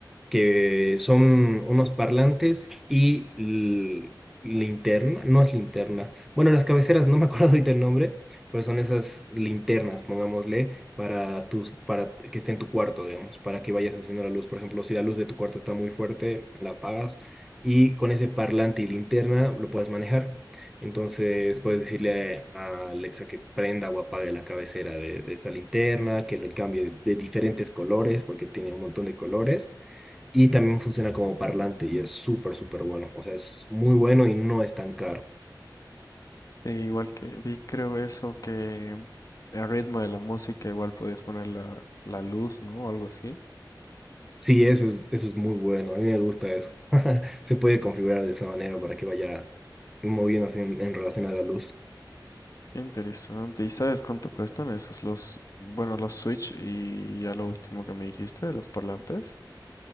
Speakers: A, in the centre; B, on the left.
A: que son unos parlantes y l- linterna, no es linterna. Bueno, las cabeceras, no me <laughs> acuerdo ahorita el nombre, pero son esas linternas, pongámosle, para tus, para que esté en tu cuarto, digamos, para que vayas encendiendo la luz. Por ejemplo, si la luz de tu cuarto está muy fuerte, la apagas y con ese parlante y linterna lo puedes manejar. Entonces puedes decirle a Alexa que prenda o apague la cabecera de, de esa linterna, que le cambie de diferentes colores, porque tiene un montón de colores y también funciona como parlante y es súper, súper bueno. O sea, es muy bueno y no es tan caro.
B: Sí, igual que vi, creo eso, que el ritmo de la música igual podías poner la, la luz, ¿no? Algo así.
A: Sí, eso es, eso es muy bueno. A mí me gusta eso. <laughs> Se puede configurar de esa manera para que vaya moviéndose en, en relación a la luz.
B: Qué interesante. ¿Y sabes cuánto cuestan esos los, bueno, los Switch y ya lo último que me dijiste de los parlantes?